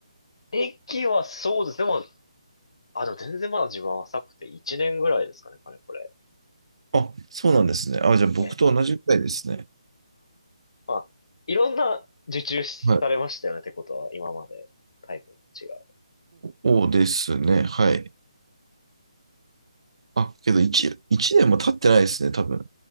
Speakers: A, on the left (about 55°); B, on the right (about 60°).
A: 駅はそうです。でも、あ、でも全然まだ自分は浅くて1年ぐらいですかね、かれこれ。
B: あ、そうなんですね。あ、じゃあ僕と同じくらいですね。
A: ええ。まあ、いろんな受注されましたよねってことは、
B: はい。
A: 今までタイプの違う。
B: そうですね。はい。あ、けど1、一年も経ってないですね、多分。